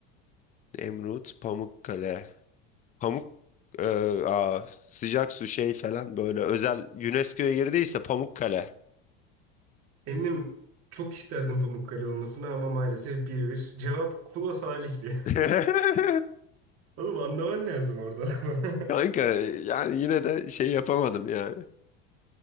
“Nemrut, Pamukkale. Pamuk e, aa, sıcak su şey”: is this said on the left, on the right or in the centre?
Left